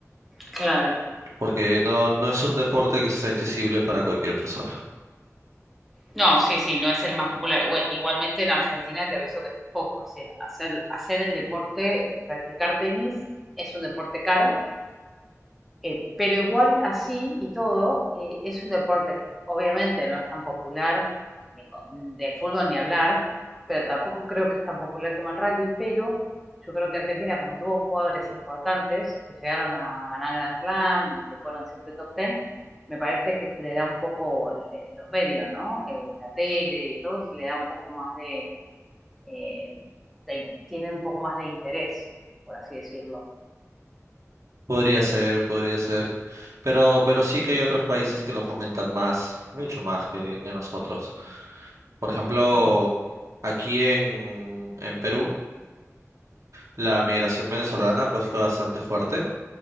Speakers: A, in the centre; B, on the right (about 70°).
A: Claro.
B: porque no, no es un deporte que sea accesible para cualquier persona.
A: No, sí, sí, no es el más popular. Ue- Igualmente en Argentina te aviso que tampoco. O sea, hacer, hacer el deporte, eh, practicar tenis, es un deporte caro eh, pero igual así y todo, eh, es un deporte que obviamente no es tan popular, ni co- del fútbol ni hablar, pero tampoco creo que es tan popular como el rugby, pero yo creo que Argentina, como tuvo jugadores importantes que llegaron a ganar Grand Slam y que fueron siempre top ten, me parece que se le da un poco el- el- los medios, ¿no? Eh, la tele y todo, se le da un poco más de, eh, de- tienen un poco más de interés, por así decirlo.
B: Podría ser, podría ser. Pero, pero sí que hay otros países que lo fomentan más, mucho más que, que nosotros. Por ejemplo,
A: Mm,
B: aquí en, en Perú, la migración venezolana pues fue bastante fuerte